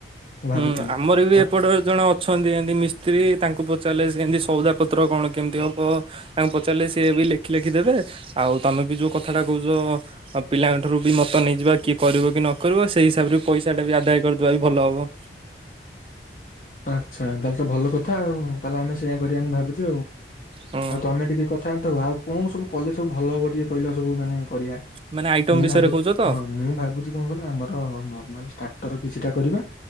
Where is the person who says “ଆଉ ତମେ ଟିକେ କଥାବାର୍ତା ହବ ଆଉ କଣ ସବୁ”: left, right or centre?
Left